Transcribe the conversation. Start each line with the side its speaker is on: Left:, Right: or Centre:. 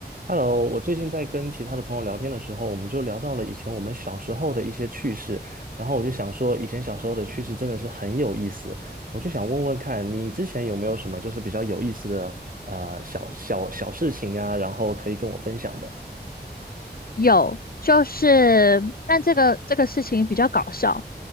Right: Hello，我最近在跟其他的朋友聊天的时候，我们就聊到了以前我们小时候的一些趣事，然后我就想说，以前小时候的趣事真的是很有意思，我就想问问看你之前有没有什么就是比较有意思的呃小小小事情呀，然后可以跟我分享的。
Left: 有，就是，但这个这个事情比较搞笑，